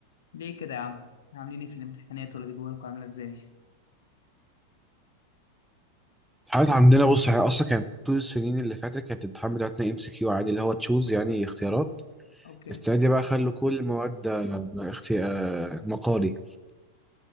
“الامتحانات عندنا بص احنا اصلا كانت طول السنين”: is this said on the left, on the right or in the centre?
Centre